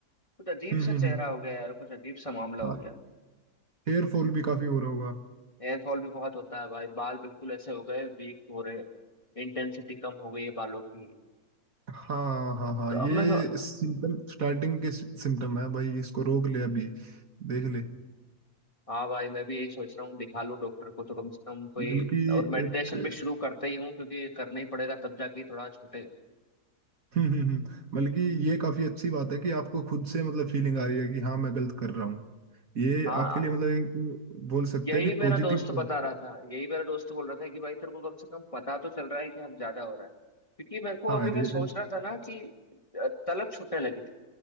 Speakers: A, on the left; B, on the right.
A: कुछ अजीब
B: हम्म
A: सा
B: हम्म
A: चेहरा
B: हम्म
A: हो गया यार कुछ अजीब सा मामला
B: हाँ
A: हो गया
B: हेयर फॉल भी काफी हो रहा होगा
A: हेयरफॉल भी बहुत होता है भाई बाल बिल्कुल ऐसे हो गए वीक हो रहे इंटेंसिटी कम हो गई है बालों की
B: हाँ हाँ हाँ
A: तो
B: ये
A: अब मैं सो-
B: सिम्टम स्टार्टिंग के सिम्टम है भाई इसको रोक ले अभी देख ले
A: हाँ भाई मैं भी यही सोच रहा हूँ दिखा लूँ डॉक्टर को तो कम से कम कोई
B: बल्कि
A: और मेडिटेशन
B: एक
A: भी शुरू करते ही हूँ क्योंकि ये करना ही पड़ेगा तब जाके थोड़ा छूटेगा
B: हम्म हम्म, हम्म। बल्कि ये काफी अच्छी बात है कि आपको खुद से मतलब फीलिंग आ रही है कि हाँ मैं गलत कर रहा हूँ ये
A: हाँ
B: आपके लिए मतलब एक बोल सकते
A: यही
B: हैं कि
A: मेरा
B: पॉजिटिव
A: दोस्त बता रहा था यही मेरा दोस्त बोल रहा था कि भाई तेरे को कम से कम पता तो चल रहा है कि हम ज्यादा हो रहा है क्योंकि मेरे को
B: हाँ
A: अभी मैं
B: रे-
A: सोच रहा था ना कि अ, तलब छूटने लगी थी